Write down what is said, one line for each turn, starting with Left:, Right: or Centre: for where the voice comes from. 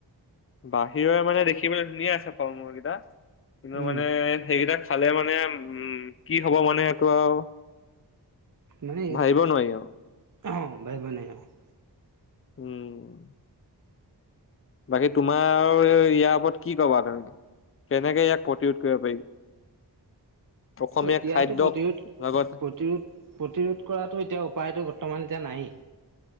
Left: বাহিৰৰে মানে দেখিবলৈ ধুনীয়া আছে ফল-মূল কেইটা কিন্তু
Right: উম,
Left: মানে সেইকেইটাক খালে মানে উম কি হব মানে এইটো আৰু
Right: মানে
Left: ভাবিব নোৱাৰি আৰু
Right: <unintelligible>
Left: উম। বাকী তোমাৰ ইয়াৰ ওপৰত কি কবা তুমি কেনেকে ইয়াক প্ৰতিৰোধ কৰিব পাৰি? অসমীয়া
Right: এতিয়াতো
Left: খাদ্যক
Right: প্ৰতিৰোধ
Left: লগত
Right: প্ৰতিৰোধ প্ৰতিৰোধ কৰাটো এতিয়া উপায়টো বৰ্তমান এতিয়া নাইয়ে।